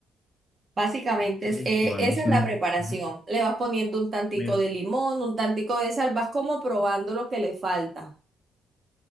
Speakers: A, on the right (about 40°); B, on the left (about 25°).
A: Básicamente
B: Ok,
A: es, eh,
B: buenísimo.
A: esa es la preparación.
B: Ajá.
A: Le vas poniendo un tantico
B: Me-
A: de limón, un tantico de sal, vas como probando lo que le falta.